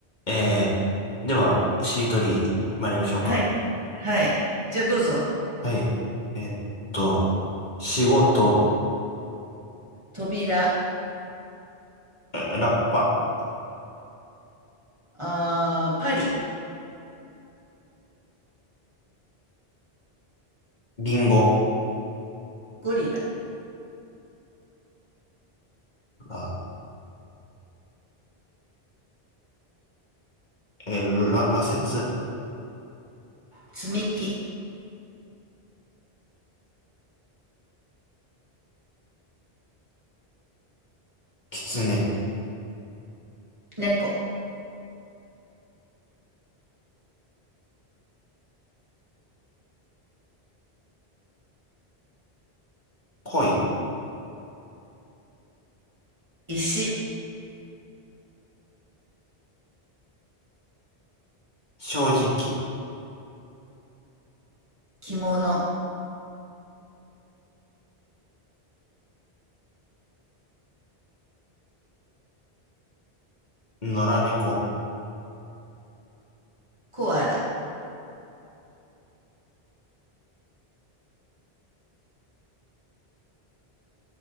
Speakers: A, on the left; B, on the right.
A: えー、では、しりとり参りましょうか。
B: はい。はい。じゃあどうぞ。
A: はい。えーっと、仕事、
B: 扉、
A: えーラッパ、
B: あー、パリ、
A: リンゴ、
B: ゴリラ、
A: あえーら、羅刹、
B: 積み木、
A: 狐、
B: 猫、
A: 恋、
B: 石、
A: 正直、
B: 着物、
A: 野良猫、
B: コアラ、